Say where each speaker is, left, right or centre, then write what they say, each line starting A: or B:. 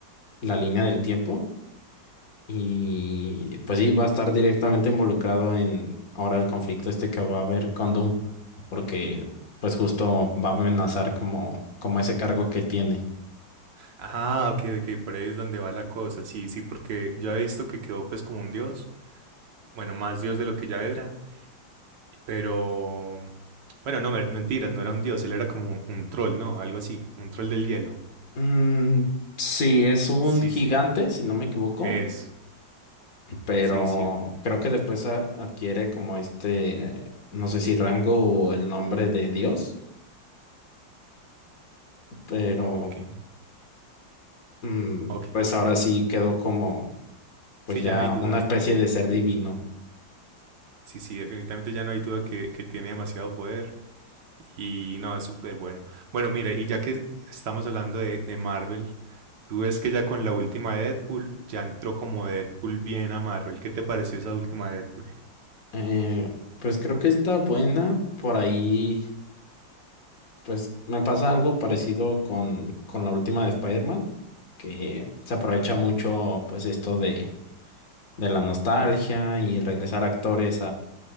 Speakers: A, on the left (about 50°); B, on the right (about 65°).
A: la línea del tiempo y pues sí, va a estar directamente involucrado en ahora el conflicto este que va a haber con Doom porque pues justo va a amenazar como, como ese cargo que tiene.
B: Ah, ok, ok, por ahí es donde va la cosa. Sí, sí, porque yo había visto que quedó pues como un dios, bueno, más dios de lo que ya era. Pero, bueno, no, mer- mentiras, no era un dios, él era como un, un troll, ¿no? Algo así, un troll del hielo.
A: Mm, sí, es un
B: Sí,
A: gigante,
B: sí,
A: si no me equivoco,
B: eso.
A: pero
B: Sí, sí,
A: creo que después a- adquiere como este, no sé si rango o el nombre de Dios, pero
B: ok,
A: mm,
B: ok.
A: pues ahora sí quedó como pues
B: Sí,
A: ya
B: ya no hay duda.
A: una especie de ser divino.
B: Sí, sí, definitivamente ya no hay duda que, que tiene demasiado poder y no, es súper bueno. Bueno, mire, y ya que estamos hablando de, de Marvel, tú ves que ya con la última de Deadpool, ya entró como Deadpool bien a Marvel. ¿Qué te pareció esa última de Deadpool?
A: Eh, pues creo que está buena. Por ahí, pues me pasa algo parecido con, con la última de Spider-Man, que se aprovecha mucho pues esto de, de la nostalgia y regresar actores